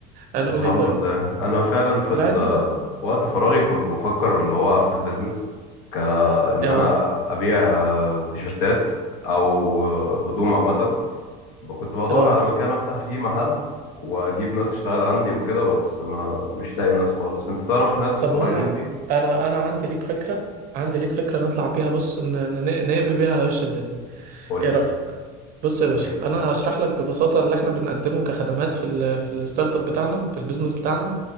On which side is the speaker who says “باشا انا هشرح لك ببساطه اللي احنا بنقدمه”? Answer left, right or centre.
Right